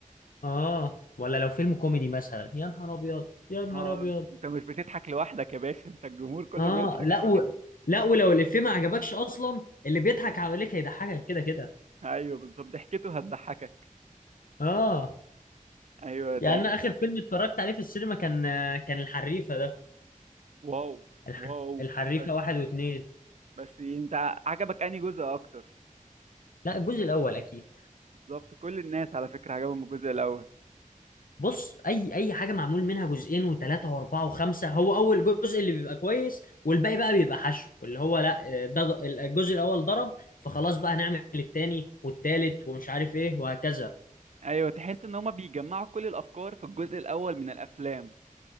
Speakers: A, on the left (about 80°); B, on the right (about 55°).
A: اه ولا لو فيلم كوميدي مثلا يا نهار ابيض يا نهار
B: اه
A: ابيض
B: انت مش بتضحك لوحدك يا باشا انت الجمهور كله
A: اه
B: بيضحك
A: لا و... لا ولو الافيه ما عجبكش اصلا اللي بيضحك حواليك هيضحكك كده كده
B: ايوه بالظبط ضحكته هتضحكك
A: اه
B: ايوه
A: يعني
B: ده
A: انا اخر فيلم اتفرجت عليه في السينما كان كان الحريفه ده
B: واو
A: الح...
B: واو
A: الحريفه
B: بس
A: واحد واثنين
B: بس انت عجبك انهي جزء اكتر
A: لا الجزء الاول اكيد
B: بالظبط كل الناس على فكرة عجبهم الجزء الاول
A: بص اي اي حاجه معمول منها جزئين وثلاثه واربعه وخمسه هو اول جزء اللي بيبقى كويس والباقي بقى بيبقى حشو اللي هو لا ده ض- الجزء الاول ضرب فخلاص بقى هنعمل التاني والتالت ومش عارف ايه وهكذا
B: ايوه تحس ان هما بيجمعوا كل الافكار في الجزء الاول من الافلام